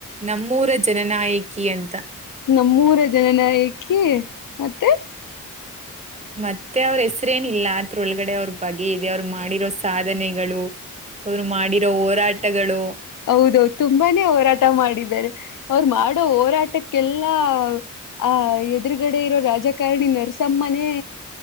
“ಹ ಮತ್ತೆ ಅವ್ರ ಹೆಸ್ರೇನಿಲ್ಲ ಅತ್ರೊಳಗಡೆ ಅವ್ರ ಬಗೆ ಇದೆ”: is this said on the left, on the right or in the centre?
Right